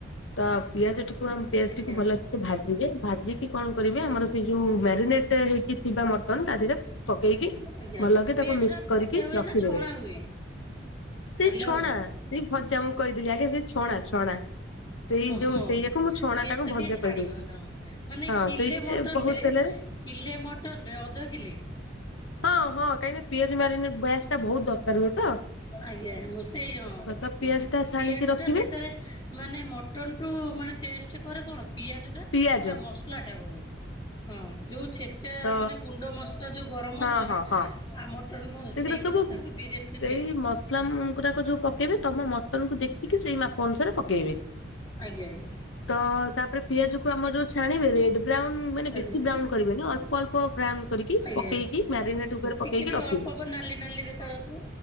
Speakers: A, on the left (about 85°); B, on the left (about 25°).
A: ତ ପିଆଜ ଟିକୁ ଆମେ ପେଷ୍ଟକୁ
B: ଆଜ୍ଞା
A: ଭଲସେ ଭାଜିବେ। ଭାଜ ଜିକି କଣ କରିବେ ଆମର ସେ ଯୋଉ ମ୍ୟାରିନେଟ ହେଇକି ଥିବା ମଟନ ତା ଦେହରେ ପକେଇକି
B: ଆଜ୍ଞା।
A: ଭଲକି
B: ପିଆଜ
A: ତାକୁ ମିକ୍ସ
B: ଟା
A: କରିକି
B: ଭଜା ହୁଏ
A: ରଖିଦେବେ।
B: ନା ଛଣା ହୁଏ?
A: ସେଇ
B: ହ୍ୟାଲୋ
A: ଛଣା ସେ ଭଜା ମୁଁ କହିଥିଲି ଆଜ୍ଞା ସେ ଛଣା ଛଣା। ସେଇ
B: ହ
A: ଯୋଉ
B: ହଁ
A: ସେଇଆକୁ ମୁଁ ଛଣା
B: ପିଆଜ
A: ଟାକୁ
B: ଟା
A: ଭଜା
B: ଟିକେ
A: କହିଦଉଛି
B: <unintelligible> ମାନେ
A: ହଁ
B: କିଲେ
A: ସେଇ ଟିକେ
B: ମଟନରେ
A: ବହୁତ ତେଲରେ
B: କିଲେ ମଟନରେ ଅଧ କିଲେ
A: ହଁ ହଁ କାହିଁକି ନା ପିଆଜ ମାରିନେଟ୍ ବୟାସ ଟା ବହୁତ ଦରକାର ହୁଏ ତ।
B: ଆଜ୍ଞା ମୁଁ ସେଇ ହଁ
A: ତ ତ ପିଆଜ ଟା ଛାଣିକି
B: ପିଆଜ
A: ରଖିବେ
B: ଟା ସେଥେରେ ମାନେ ମଟନ ଟୁ ମାନେ ଟେଷ୍ଟ କରେ କଣ ପିଆଜ।
A: ପିଆଜ
B: ତା ମସଲା କର ହଁ ଯୋଉ ଛେଚା
A: ତ
B: ମାନେ ଗୁଣ୍ଡ ମସଲା। ଯଉ ଗରମ ମସଲା
A: ହଁ ହଁ
B: ଟା
A: ହଁ
B: ଆଉ ମଟନ୍
A: ସେଗୁରା
B: ସେଇଗୁରା
A: ସବୁ
B: ତାଙ୍କୁ ବିରିୟାନୀ
A: ସେଇ ମସଲା ଗୁରାକ ଯୋଉ ପକେଇବେ ତମ ମଟନ କୁ ଦେଖିକି ସେଇ ମାପ ଅନୁସାରେ ପକେଇବେ।
B: ଆଜ୍ଞା ଆଜ୍ଞା
A: ତ ତାପରେ ପିଆଜ କୁ ଆମର ଯୋଉ ଛାଣିଦେବେ ରେଡ ବ୍ରାଉନ ମାନେ
B: ଆଜ୍ଞା।
A: ବେଶୀ ବ୍ରାଉନ କରିବେନି ଅଳ୍ପ ଅଳ୍ପ ବ୍ରାଉନ କରିକି
B: ଆଜ୍ଞା
A: ପକେଇକି
B: ଆଜ୍ଞା।
A: ମ୍ୟାରିନେଟ ଉପରେ
B: ଟିକେ
A: ପକେଇକି
B: ଟିକେ
A: ରଖିବେ।
B: ଅଳ୍ପ ଅଳ୍ପ ନାଲି ନାଲି ଦେଖ ଖା ଯାଉଥିବ।